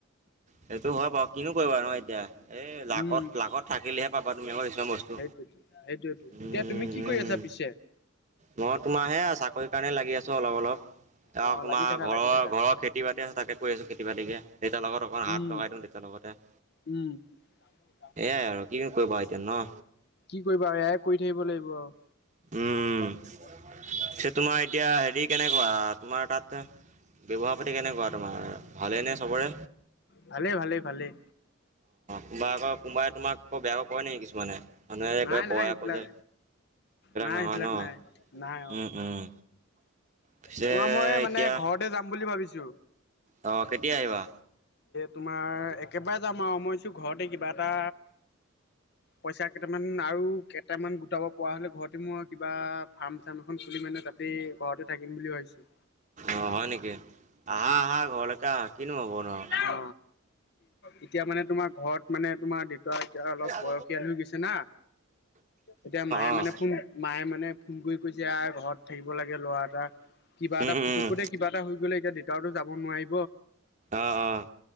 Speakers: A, on the right; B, on the left.
A: সেইটো হয় বাৰু কিনো কৰিবা নহয় এতিয়া, এই লাকত-লাকত
B: উম,
A: থাকিলেহে পাবা তুমি আকৌ কিছুমান বস্তু।
B: সেইটোৱেতো সেইটোৱেতো এতিয়া
A: উম,
B: তুমি কি
A: উম,
B: কৰি আছা পিছে?
A: মই তোমাৰ হেয়া আৰু চাকৰিৰ কাৰণে লাগি আছো অলপ অলপ। ত
B: অ,
A: তোমাৰ
B: লাগি থাকা
A: ঘৰৰ
B: লাগি থাকা
A: ঘৰৰ খেতি বাতি আছে তাকে কৰি আছো খেতি বাতিকে দেতা লগত অকণ
B: উম,
A: হাত লগাই দিওঁ দেতা লগত। লগতে
B: উম। কি
A: এয়াই আৰু কৰিবা এতিয়া ন
B: কৰিবা আৰু, এয়াই কৰি থাকিব লাগিব আৰু।
A: উম, উম।
B: ব ম <unintelligible>
A: এ তোমাৰ এতিয়া হেৰি কেনেকুৱা তোমাৰ তাত ব্যৱহাৰ পাতি কেনেকুৱা তোমাৰ, ভালে নে? চবৰে?
B: ভালেই ভালেই ভালেই।
A: কোনোবাই আক' কোনোবাই তোমাক আকৌ বেয়াকে কয় নেকি কিছুমানে, মানুহে আক'
B: নাই
A: কই নহয়
B: নাই এইবিলাক
A: আকৌ যে।
B: নাই
A: নহয়
B: সেইবিলাক
A: ন?
B: নাই, নাই অ'।
A: উম, উম, পিছে
B: তোমাৰ মই
A: এতিয়া
B: মানে ঘৰতে যাম বুলি ভাবিছো। এ
A: অ', কেতিয়া আহিবা?
B: তোমাৰ একেবাৰে যাম আৰু, মইছো ঘৰতে কিবা এটা পইচা কেইটামান আৰু কেইটামান গোটাব পৰা হ'লে ঘৰতে মই কিবা ফাৰ্ম চাৰ্ম এখন মানে তাতেই ঘৰতে থাকিম বুলি ভাবিছো।
A: অ', হয় নেকি, আহা আহা ঘৰলৈকে আহা কিনো হ'ব নো
B: অ এতিয়া মানে তোমাৰ, ঘৰত মানে তোমাৰ দে ত দেতা অলপ
A: অ',
B: বয়সীয়াল হৈ গৈছে না, এতিয়া মায়ে
A: অ',
B: মানে ফোন মায়ে মানে ফোন কৰি কৈছে আহ ঘৰত থাকিব লাগে ল'ৰা এটা, কিবা
A: উম,
B: এটা পুতুকতে
A: উম,
B: কিবা এটা হৈ গ'লে এতিয়া দেউতাউটো যাব নোৱাৰি,
A: অ', অ'।